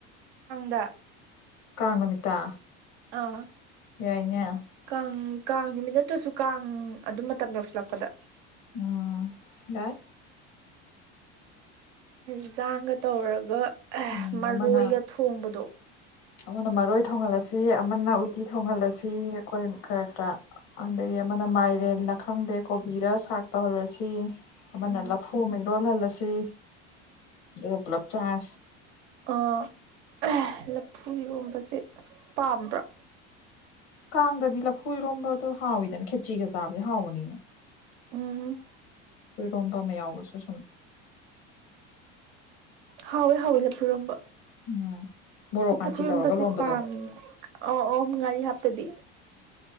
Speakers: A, on the right; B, on the left.
A: ꯗ <unintelligible> <inaudible>
B: ꯀꯥꯡ ꯅꯨꯃꯤꯠꯇ
A: ꯑꯥ
B: ꯌꯥꯏꯅꯦ
A: ꯀꯥꯡ ꯀꯥꯡ ꯅꯨꯃꯤꯠ ꯅꯠꯇ꯭ꯔꯁꯨ ꯀꯥꯡ ꯑꯗꯨꯝ ꯃꯇꯝ ꯌꯧꯁꯤꯜꯂꯛꯄꯗ
B: ꯑꯣ ꯌꯥꯏ
A: ꯍꯤꯡꯖꯥꯡꯒ ꯇꯧꯔꯒ
B: ꯎꯝ
A: ꯃꯔꯣꯏꯒ
B: ꯑꯃꯅ
A: ꯊꯣꯡꯕꯗꯣ
B: ꯑꯃꯅ ꯃꯔꯣꯏ ꯊꯣꯡꯍꯜꯂꯁꯤ ꯑꯃꯅ ꯎꯇꯤ ꯊꯣꯡꯍꯜꯂꯁꯤ ꯑꯩꯈꯣꯏ ꯈꯔ ꯈꯔ ꯑꯗꯩ ꯑꯃꯅ ꯃꯥꯏꯔꯦꯜꯅ ꯈꯪꯗꯦ ꯀꯣꯕꯤꯔ ꯁꯥꯛ ꯇꯧꯍꯜꯂꯁꯤ ꯑꯃꯅ
A: ꯎꯝ
B: ꯂꯥꯐꯨ ꯑꯃ ꯏꯔꯣꯜꯍꯜꯂꯁꯤ ꯑꯗꯨꯒ ꯄꯨꯂꯞ ꯆꯥꯁꯤ
A: ꯑ ꯍꯦ ꯂꯐꯨ ꯏꯔꯣꯝꯕꯖꯦ ꯄꯥꯝꯕ꯭ꯔꯣ
B: ꯀꯥꯡꯗꯗꯤ ꯂꯐꯨꯔꯣꯝꯕꯗꯣ ꯍꯥꯎꯋꯤꯗꯅ ꯈꯦꯆꯤꯒ ꯆꯥꯕꯗꯤ ꯍꯥꯎꯕꯅꯤꯅꯦ
A: ꯎꯝ
B: ꯏꯔꯣꯝꯕ ꯑꯃ ꯌꯥꯎꯕꯁꯨ ꯁꯨꯝ
A: ꯍꯥꯎꯋꯦ ꯍꯥꯎꯋꯦ ꯂꯐꯨ ꯏꯔꯣꯝꯕ
B: ꯎꯝ ꯃꯣꯔꯣꯛ
A: ꯈꯨꯠꯇ
B: ꯀꯥꯟꯆꯤ
A: <unintelligible>
B: ꯇꯧꯔꯒ
A: ꯕꯁꯦ
B: ꯂꯣꯟꯕꯗꯣ
A: ꯄꯥꯝ <unintelligible> ꯑꯣ ꯑꯣ ꯉꯥꯔꯤ ꯍꯥꯞꯇꯕꯤ